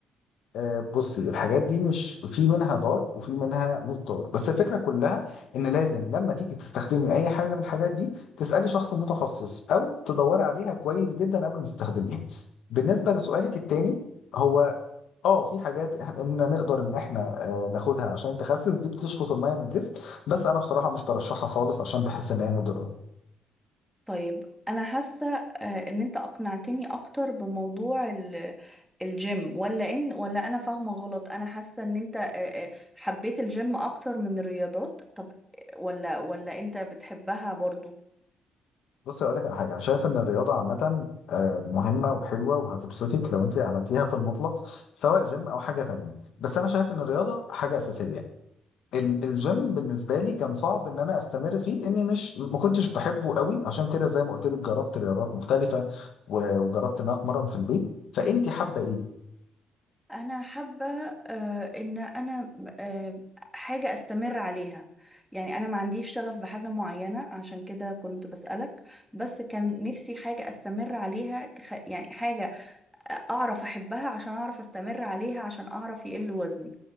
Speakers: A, on the left (about 75°); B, in the centre.
A: آه، بصي الحاجات دي مش في منها ضار وفي منها مش ضار بس الفكره كلها ان لازم لما تيجي تستخدمي اي حاجه من الحاجات دي تسالي شخص متخصص او تدوري عليها كويس جدا قبل ما تستخدميها بالنسبه لسؤالك التاني هو اه في حاجات احنا نقدر ان احنا آه، ناخدها عشان تخسس دي بتشفط الميه من الجسم بس انا بصراحه مش برشحها خالص عشان بحس ان هي مضره
B: طيب أنا حاسة آه، إن أنت أقنعتني أكتر بموضوع ال... الجيم ولا إن ولا أنا فاهمة غلط أنا حاسة إن أنت آه، آه، حبيت الجيم أكتر من الرياضات طب آه، ولا ولا أنت بتحبها برضو
A: بص اقول لك على حاجه انا شايف ان الرياضه عامه آه، مهمه وحلوه وهتبسطك لو انت عملتيها في المطلق سواء جيم او حاجه تانية بس انا شايف ان الرياضه حاجه اساسيه ال- الجيم بالنسبه لي كان صعب ان انا استمر فيه لاني مش ما كنتش بحبه قوي عشان كده زي ما قلت لك جربت رياضات مختلفه و- وجربت ان انا اتمرن في البيت فانت حابه ايه
B: انا حابه آه، ان انا آه، حاجه استمر عليها يعني انا ما عنديش شغف بحاجه معينه عشان كده كنت بسالك بس كان نفسي حاجه استمر عليها تخ... يعني حاجه اعرف احبها عشان اعرف استمر عليها عشان اعرف يقل وزني